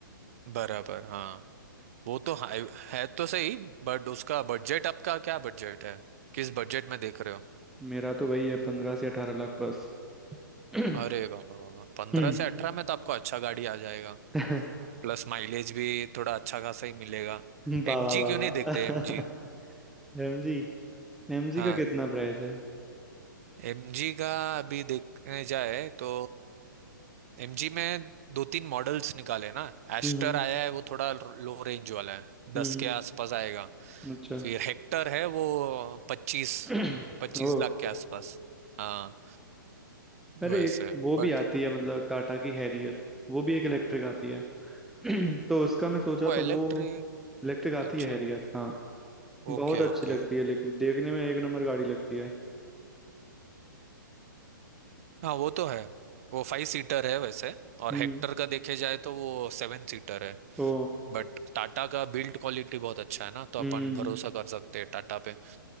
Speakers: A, on the right; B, in the centre.
A: बराबर हाँ वो तो है, है तो सही बट उसका बजट आपका क्या बजट है किस बजट में देख रहे हो
B: मेरा तो वही है पंद्रह से अठारह लाख बस <clears throat>
A: अरे बाबा पंद्रह
B: हम्म
A: से अठारह में तो आपको अच्छा गाड़ी आ जाएगा
B: <laughs>
A: प्लस माइलेज भी थोड़ा अच्छा खासा ही मिलेगा
B: बाबा
A: एमजी
B: बाबा
A: क्यों नहीं देखते
B: <laughs>
A: एमजी
B: एमजी एमजी
A: हाँ
B: का कितना प्राइस है
A: एमजी का अभी देखने जाए तो एमजी में दो तीन मॉडल्स निकाले ना एस्टर
B: हम्म
A: आया है वो थोड़ा लो रेंज वाला है
B: हम्म
A: दस
B: हम्म,
A: के आसपास आएगा
B: हम्म। अच्छा
A: फिर हेक्टर है वो पच्चीस
B: <clears throat>
A: पच्चीस
B: ओ
A: लाख के आसपास हाँ
B: अरे
A: वैसे
B: एक वो
A: बट
B: भी आती है मतलब टाटा की हैरियर वो भी एक इलेक्ट्रिक आती है <clears throat> तो उसका मैं सोचा
A: वो इलेक्ट्रिक
B: तो वो इलेक्ट्रिक आती
A: अच्छा
B: है हैरियर हाँ बहुत
A: ओके
B: अच्छी
A: ओके
B: लगती है लेकिन देखने में एक नंबर गाड़ी लगती है
A: हाँ वो तो है वो फाइव सीटर है वैसे और
B: हम्म
A: हेक्टर का देखे जाए तो वो सेवन सीटर है
B: ओ
A: बट टाटा का बिल्ड क्वालिटी बहुत अच्छा है ना तो अपन
B: हम्म
A: भरोसा कर सकते हैं टाटा पे